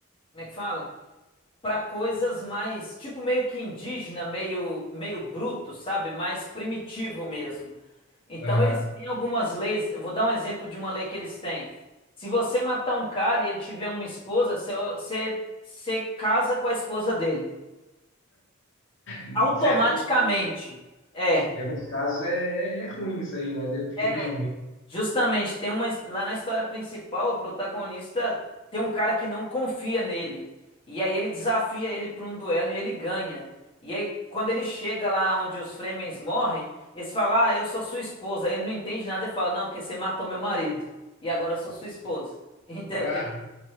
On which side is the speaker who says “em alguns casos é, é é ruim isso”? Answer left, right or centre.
Left